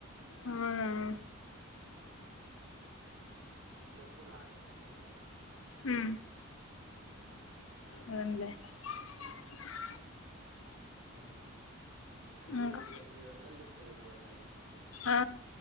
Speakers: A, on the left; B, on the right.
A: అవున
B: చెప్ ప్పులాడేగా కొనుకుందామని.
A: హుమ్
B: హ
A: పోన్లే <unintelligible>
B: కేజీ పిండి వీడ
A: ఇంకా
B: తొమ్మిది వందలు చెప్ ఇవి పోతానే
A: ఆ